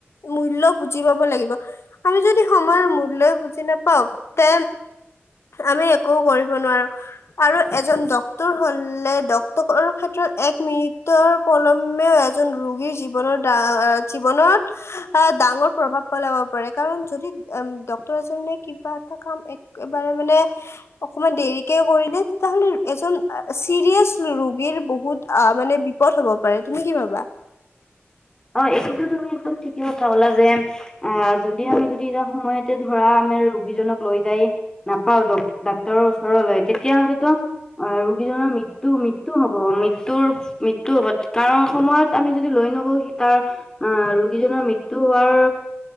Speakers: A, on the left; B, on the left.
A: মূল্য বুজি পাব লাগিব আমি যদি <unintelligible> সময় মূল্যয় বুজি নাপাও তে আমি একো কৰিব নোৱাৰো আৰু <unintelligible> এজন ডক্তৰ হলে ডক্টৰ ক্ষেত্ৰত এক মিনিটৰ প্ৰলম্বেও এজন ৰোগীৰ জীৱনৰা জীৱনত ডাঙৰ প্ৰভাৱ পেলাব পাৰে <unintelligible> কাৰণ যদি ডক্তৰ এজনে কিবা এটা কাম একেবাৰে মানে অকমান দেৰিকে কৰিলে, তেতিয়াহলে এজন চিৰিয়াচ ৰোগীৰ বহুত <unintelligible> অ মানে বিপদ হব পাৰে। তুমি কি পাবা?
B: অ এইটোতো তুমি একদম ঠিকে কথা কলা যে, আহ যদি আমি যদি এটা সময়তে ধৰা আমাৰ ৰোগীজনক লৈ যাই নাপাও ডাক্তৰৰ ওচৰলৈ তেতিয়াহলেতো, অ ৰোগীজনৰ মৃত্যু মৃত্যু হব মৃত্যুৰ মৃত্যু হব কাৰণ সময়ত আমি যদি লৈ নগো তাৰ, আহ ৰোগীজনৰ মৃত্যু হোৱাৰ